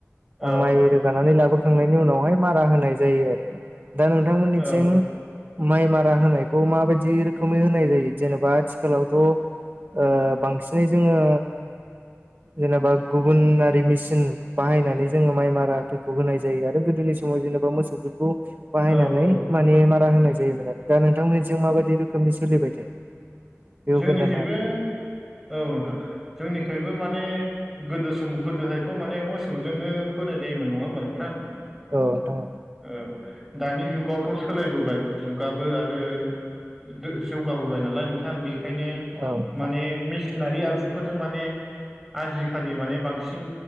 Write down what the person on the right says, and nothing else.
माइ रोगानानै लाबोखांनायनि उनावहाय मारा होनाय जायो आरो दा नों थां मोनथिं
माइ मारा होनायखौ माबायदि रोखोमै होनाय जायो जेनेबा आथिखालावथ' ओ बांसिनै जोंङो जेनेबा गुबुनारि मेसिन बाहायनानै जोंङो माइ मारा फोरखौ होनाय जायो आरो गोदोनि समाव जेनेबा मोसौफोरखौ बाहायनानै
माने मारा होनाय जायोमोन आरो दा नोंथांमोनथिं माबायदि रोखोमनि सोलिबाय थायो। बेखौ
खोन्थानो हागोन
औ नोंथां औ
औ नोंथां